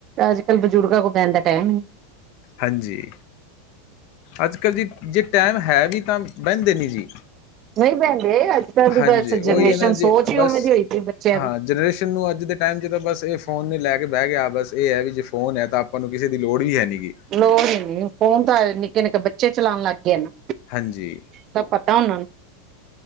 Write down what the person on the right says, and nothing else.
ਅੱਜ ਕੱਲ ਬਜ਼ੁਰਗਾਂ ਕੋਲ ਬਹਿਨ ਦਾ ਟਾਈਮ ਹੀ ਨਹੀਂ
ਨਹੀਂ ਬਹਿੰਦੇ ਅੱਜ ਕੱਲ ਦੀ
ਬਸ ਜਨਰੇਸ਼ਨ
ਸੋਚ ਹੀ
ਉਵੇਂ ਦੀ ਹੋਈ ਪਈ ਬੱਚਿਆਂ
ਦੀ
ਲੋੜ ਹੀ ਨੀ, ਫੋਨ ਤਾਂ ਆ ਨਿੱਕੇ -ਨਿੱਕੇ ਬੱਚੇ ਚਲਾਉਣ ਲੱਗ ਗਏ ਨਾ
ਸਭ ਪਤਾ ਉਹਨਾਂ ਨੂੰ